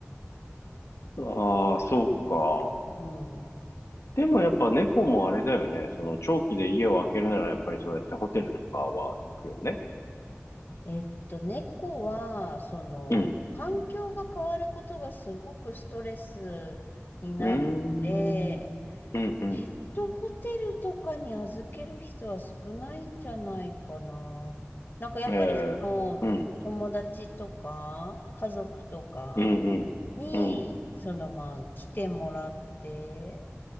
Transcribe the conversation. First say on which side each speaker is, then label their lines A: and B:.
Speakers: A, on the left (about 75°); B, on the left (about 45°).
A: うん。ああ、そうか。
B: うん。
A: でもやっぱ猫もあれだよね。その長期で家を空けるならやっぱりそうやってホテルとかは行くよね。
B: えっと、猫は、その、
A: うん。
B: 環境が変わることがすごくストレスになるので、
A: うーん。うんうん。
B: ペットホテルとかに預ける人は少ないんじゃないかな。なんかやっぱりそ
A: ええうん。
B: の、友達とか、家族とか
A: うんうん。
B: に、
A: うん。
B: そのまあ、来てもらって、